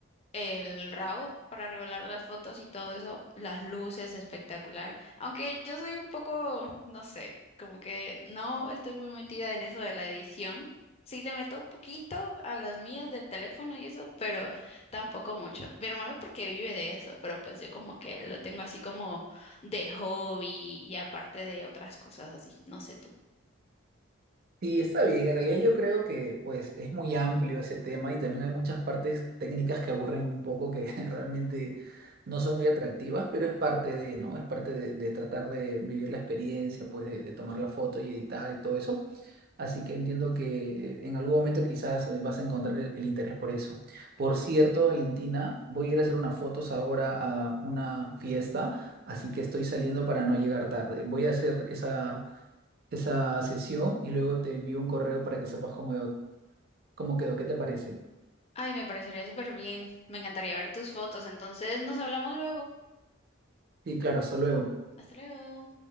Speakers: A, on the left; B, on the right.
A: el RAW para revelar las fotos y todo eso, las luces espectacular. Aunque yo soy un poco, no sé, como que no estoy muy metida en eso de la edición. Sí le meto un poquito a las mías del teléfono y eso, pero tampoco mucho. Mi hermano porque vive de eso, pero pues yo como que lo tengo así como de hobby y aparte de otras cosas así. No sé tú.
B: Sí, está bien. En realidad yo creo que pues es muy amplio ese tema y también hay muchas partes técnicas que aburren un poco que <laughs> realmente no son muy atractivas, pero es parte de, ¿no? Es parte de, de tratar de vivir la experiencia, pues de, de tomar la foto y editar y todo eso. Así que entiendo que eh, en algún momento quizás eh, vas a encontrar el, el interés por eso. Por cierto, Valentina, voy a ir a hacer unas fotos ahora a una fiesta, así que estoy saliendo para no llegar tarde. Voy a hacer esa esa sesión y luego te envío un correo para que sepas cómo, cómo quedó, qué te parece.
A: Ay, me parecería súper bien. Me encantaría ver tus fotos. Entonces nos hablamos luego.
B: Sí, claro, hasta luego.
A: Hasta luego.